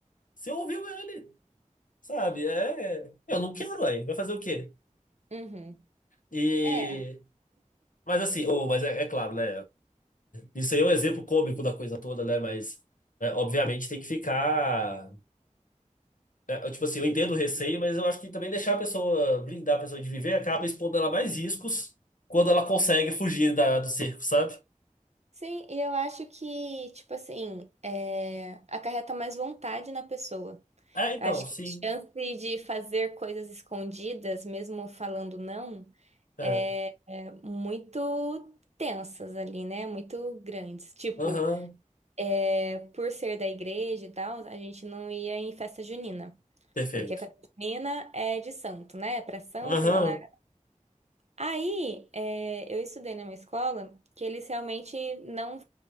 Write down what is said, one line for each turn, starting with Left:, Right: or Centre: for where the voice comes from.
Left: você ouviu ele, sabe? É, é, eu não quero, ué, vai fazer o quê?
Right: Uhum.
Left: E,
Right: É,
Left: mas assim, ou, mas é, é claro, né? Isso aí é um exemplo cômico da coisa toda, né? Mas, é, obviamente, tem que ficar... é, eu, tipo assim, eu entendo o receio, mas eu acho que também deixar a pessoa, blindar a pessoa de viver, acaba expondo ela a mais riscos quando ela consegue fugir da, do cerco, sabe?
Right: sim, e eu acho que, tipo assim, é, acarreta mais vontade na pessoa.
Left: É, então,
Right: Eu acho
Left: sim.
Right: que a chance de fazer coisas escondidas, mesmo falando não,
Left: É.
Right: é, é muito tensas ali, né? Muito grandes. Tipo,
Left: Aham.
Right: é, por ser da igreja e tal, a gente não ia em festa junina.
Left: Perfeito.
Right: Porque festa junina é de santo, né? É pra santo
Left: Aham.
Right: e lá, lá. Aí, é, eu estudei numa escola que eles realmente não,